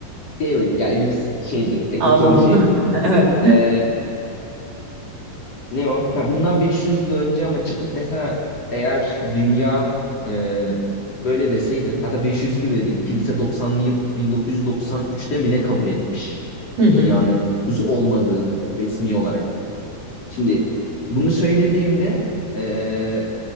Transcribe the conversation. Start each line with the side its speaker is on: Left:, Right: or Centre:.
Left: geoid ya elips şeydi, ekvatorun
Right: Anladım.
Left: şeydi.
Right: <laughs> Evet.
Left: E, Ne o? Ha, bundan 500 yıl önce ama çıkıp mesela eğer dünya e, böyle deseydin hatta 500 bile değil kilise 90'lı yıl 1993'te mi ne kabul etmiş
Right: Hı hı.
Left: dünyanın düz olmadığını resmi olarak. Şimdi bunu söylediğimde e,